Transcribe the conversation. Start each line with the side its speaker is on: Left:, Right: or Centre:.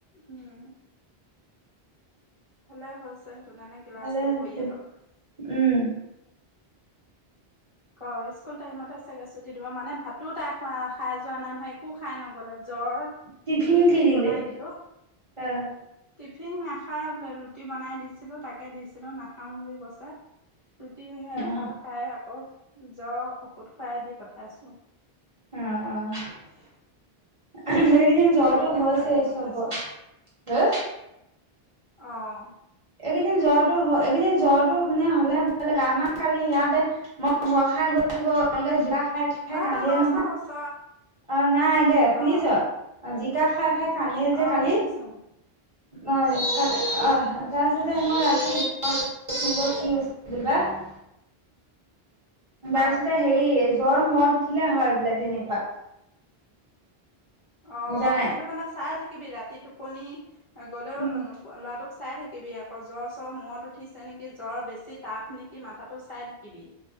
Left: উম ভালে হৈছে, সেইটো কাৰণে ক্লাছটো
Right: ভালে হৈছে,
Left: কৰি আহক।
Right: উম।
Left: অ, স্কুল টাইমতে চাগে ছুটি দিব। মানে ভাতো তাই খোৱা খাই যোৱা নাই নহয়, একো খাই নগল। বলে জ্বৰ,
Right: টিফিন
Left: ৰুটি
Right: কি দিলে
Left: বনাই দিলো।
Right: অ,
Left: টিফিন নাখাই বোলে ৰুটি বনাই দিছিলোঁ তাকে দিছিলোঁ নাখাও বুলি কৈছে। ৰুটি এফাল
Right: অ
Left: খাই আকৌ জ্বৰ ঔষধ খাই দি পঠাইছো।
Right: অ অ হেৰি উম জ্বৰটো
Left: জ্বৰ ঔষধ
Right: হৈছে
Left: খুৱাই দি পঠাইছোঁ
Right: চবৰ, হা
Left: অ,
Right: এইকেইদিন জ্বৰটো এইকেইদিন জ্বৰটো মানে হ'লে ভয় লাগে আমাৰ কালি ইয়াতে মই ভয় খাই গৈছো এনেকে জিয়া খাইছোঁ। খাই
Left: অ
Right: কান্দিয়ে
Left: তই লৰচৰ
Right: নহয়
Left: হৈছ
Right: অ নাই দে শুনিছ।
Left: অ
Right: অ জিকা খাই খাই কান্দৰে
Left: অ
Right: যে কালি
Left: শুনিছোঁ।
Right: অ কি অ হয়? তাৰ পিছতে মই কি হৈছে বুলি বা? তাৰ
Left: অ
Right: পিছতে হেৰি জ্বৰ মূৰত উঠিলে হয় বোলে তেনেকুৱা
Left: অ
Right: বুজা নাই
Left: সেইটো কাৰণে চাই থাকিবি ৰাতি টোপনি আগলেও
Right: উম
Left: ল'ৰাটোক চাই থাকিবি আকৌ জ্বৰ - চ্বৰ মূৰত উঠিছে নেকি জ্বৰ বেছি তাপ নেকি? কি মাথাটো চাই থাকিবি?